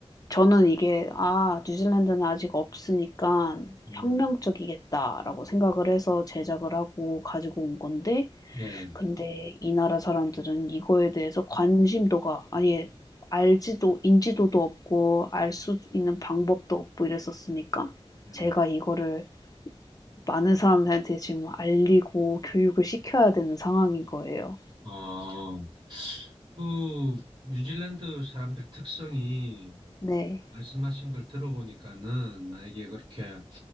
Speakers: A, on the left; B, on the right.
A: 저는 이게 '아 뉴질랜드는 아직 없으니까
B: 음,
A: 혁명적이겠다.'라고 생각을
B: 음.
A: 해서 제작을 하고 가지고 온 건데
B: 예,
A: 근데 이 나라 사람들은 이거에 대해서 관심도가 아예 알지도 인지도도 없고 알 수 있는 방법도 없고 이랬었으니까
B: 예,
A: 제가 이거를 많은 사람들한테 지금 알리고 교육을 시켜야 되는 상황인 거예요.
B: 어, 그 뉴질랜드 사람들 특성이
A: 네.
B: 말씀하신 걸 들어보니까는 만약에 그렇게